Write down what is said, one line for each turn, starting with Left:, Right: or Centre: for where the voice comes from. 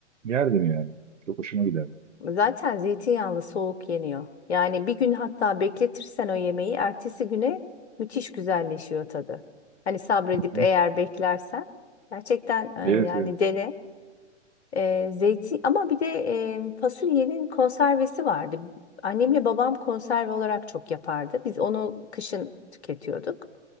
Right: yerdim yani. Çok hoşuma giderdi.
Left: Zaten zeytinyağlı soğuk yeniyor. Yani bir gün hatta bekletirsen o yemeği ertesi güne müthiş güzelleşiyor tadı. Hani sabredip
Right: Hı
Left: eğer
Right: hı.
Left: beklersen gerçekten e, yani
Right: Evet, evet.
Left: dene. E, zeyti ama bir de e, fasulyenin konservesi vardı. Annemle babam konserve olarak çok yapardı. Biz onu kışın tüketiyorduk.